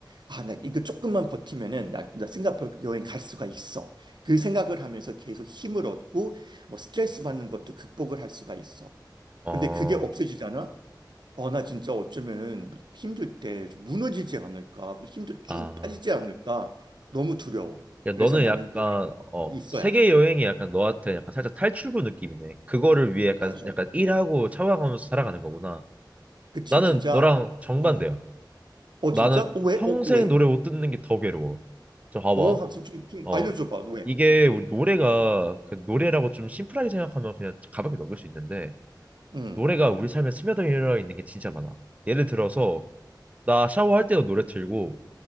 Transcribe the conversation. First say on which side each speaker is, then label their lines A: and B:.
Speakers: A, on the right; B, on the right.
A: 아, 나 이거 조금만 버티면은 나, 나 싱가포르 여행 갈 수가 있어. 그 생각을 하면서 계속 힘을 얻고 뭐 스트레스 받는 것도 극복을 할 수가 있어.
B: 어.
A: 근데 그게 없어지잖아? 어, 나 진짜 어쩌면 힘들 때좀 무너지지 않을까? 힘도 쭉
B: 아.
A: 빠지지 않을까? 너무 두려워.
B: 야, 너는
A: 그래서 나는
B: 약간
A: 여행
B: 어
A: 어, 있어야
B: 세계
A: 돼.
B: 여행이 약간 너한테 약간 살짝 탈출구 느낌이네. 그거를 위해 약간
A: 맞아.
B: 약간 일하고 참아가면서 살아가는 거구나.
A: 그치,
B: 나는
A: 진짜.
B: 너랑 정반대야.
A: 어, 어
B: 나는
A: 진짜? 어, 왜?
B: 평생
A: 어, 왜?
B: 노래 못 듣는 게 더 괴로워. 저 봐봐.
A: 어, 좀, 좀, 좀
B: 어
A: 알려줘봐, 왜?
B: 이게 우리 노래가 그 노래라고 좀 심플하게 생각하면 그냥 가볍게 넘길 수 있는데
A: 응.
B: 노래가 우리 삶에 스며들어 있는 게 진짜 많아. 예를 들어서 나 샤워할 때도 노래 틀고